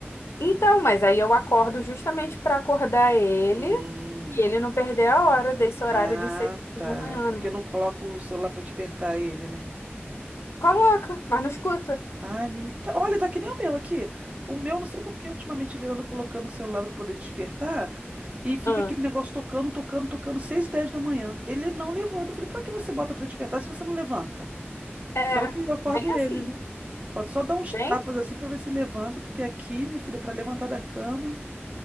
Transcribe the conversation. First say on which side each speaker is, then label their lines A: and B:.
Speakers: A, on the left; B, on the right.
A: Então, mas aí eu acordo justamente pra acordar ele
B: Hum.
A: E ele não perder a hora desse horário
B: Ah,
A: de seis
B: tá.
A: horas da manhã,
B: Porque
A: né?
B: eu não coloco o celular pra despertar ele, né?
A: Coloca, mas não escuta.
B: Ai, menina. Olha, tá que nem o meu aqui. O meu, não sei por que, ultimamente ele anda colocando o celular pra poder despertar e fica
A: Ah,
B: aquele negócio tocando, tocando, tocando, 6 e 10 da manhã. Ele não levanta. Eu falei, pra que você bota pra despertar se você não levanta?
A: É,
B: Que é o que acordo
A: bem
B: ele,
A: assim,
B: né? Falta só dar uns
A: bem.
B: tapas assim pra ver se levanta, porque aqui, minha filha, pra levantar da cama.